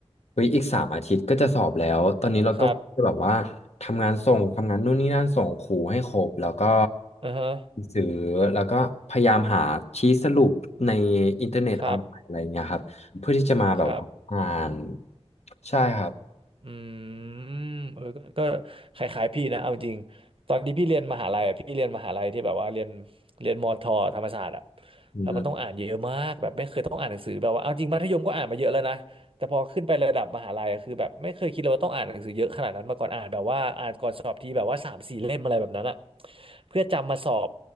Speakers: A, on the left (about 75°); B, on the right (about 55°).
A: เฮ้ยอีกสามอาทิตย์ก็จะสอบแล้วตอนนี้เราก็จะแบบว่าทำงานส่งทำงานนู่นนี่นั่นส่งครูให้ครบแล้วก็
B: ครับครับอือฮะ
A: ซื้อแล้วก็พยายามหาชี้สรุปในอินเทอร์เน็ตออนไลน์อะไรอย่างเงี้ยครับเพื่อที่จะมาแบบว่าอ่าน
B: ครับครับ
A: ใช่ครับ
B: อืมเออก็ก็คล้ายๆพี่นะเอาจริงตอนที่พี่เรียนมหาลัยอะพี่เรียนมหาลัยที่แบบว่าเรียนเรียนมอทอธรรมศาสตร์อะ
A: อืม
B: แล้วมันต้องอ่านเยอะมากแบบไม่เคยต้องอ่านหนังสือแบบว่าเอาจริงมัธยมก็อ่านมาเยอะแล้วนะแต่พอขึ้นไประดับมหาลัยอะคือแบบไม่เคยคิดเลยว่าต้องอ่านหนังสือเยอะขนาดนั้นมาก่อนอ่านแบบว่าอ่านก่อนสอบทีแบบว่าสามสี่เล่มอะไรแบบนั้นอะเพื่อจำมาสอบ